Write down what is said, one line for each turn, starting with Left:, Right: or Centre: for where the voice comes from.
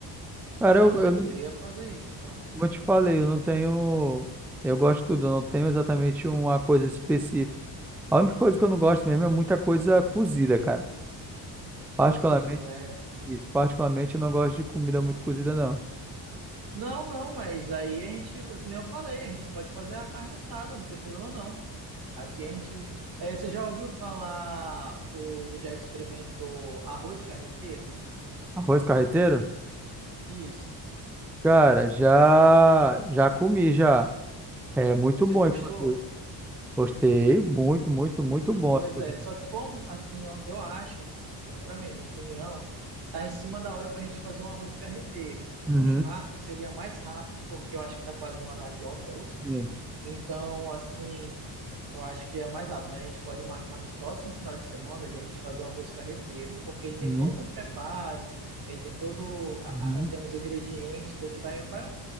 Centre: Cara,
Right: Então,
Centre: eu,
Right: a gente
Centre: eu, não-
Right: poderia fazer isso, então.
Centre: como eu te falei, eu não tenho. Eu gosto de tudo, eu não tenho exatamente uma coisa específica. A única coisa que eu não gosto mesmo é muita coisa cozida, cara. Particularmente,
Right: Cozida, né?
Centre: isso, particularmente eu não gosto de comida muito cozida, não.
Right: Não, não, mas aí a gente, que nem eu falei, a gente pode fazer a carne assada, não tem problema não. Aqui a gente. É, você já ouviu falar ou já experimentou arroz carreteiro?
Centre: Arroz carreteiro?
Right: Isso.
Centre: Cara, já, já comi já. É muito
Right: Você
Centre: bom,
Right: gostou?
Centre: inclusive. Gostei, muito, muito, muito
Right: Hum,
Centre: bom,
Right: Pois
Centre: inclusive.
Right: é, só que como, assim, eu, eu acho, tenho para mim, minha opinião, tá em cima da hora para a gente fazer um arroz carreteiro.
Centre: Uhum,
Right: Um churrasco seria mais rápido, porque eu acho que está quase no horário do almoço.
Centre: sim,
Right: Então, assim, eu acho que é mais rápido, mas a gente pode marcar no próximo final de semana a gente fazer um arroz carreteiro, porque ele tem
Centre: sim,
Right: todo um preparo, ele tem todo, a-
Centre: uhum.
Right: a- tem os ingredientes, do que vai, vai